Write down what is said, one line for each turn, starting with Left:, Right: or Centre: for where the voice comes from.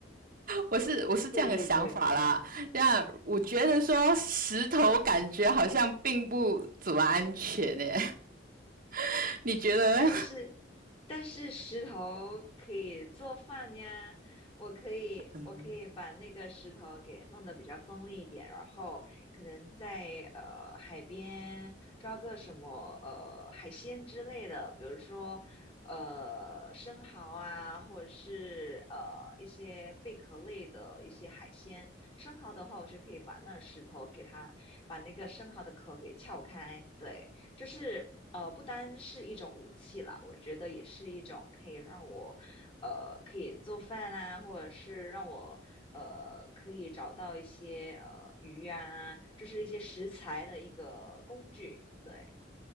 Right: 我是我是这样的想法啦。
Left: 对对对，
Right: 这样我觉得说石头感觉好像并不怎么安全耶。<laughs> 你觉得呢？
Left: 是，但是但是石头可以做饭呀，我可以我可以把那个石头给弄得比较锋利一点，
Right: 嗯
Left: 然后可能在呃海边抓个什么呃海鲜之类的，比如说呃生蚝啊，或者是呃一些贝壳类的一些海鲜。生蚝的话，我就可以把那石头给它把那个生蚝的壳给撬开，对。就是呃，不单是一种武器啦，我觉得也是一种可以让我呃可以做饭啊，或者是让我呃可以找到一些呃鱼啊，就是一些食材的一个工具。对，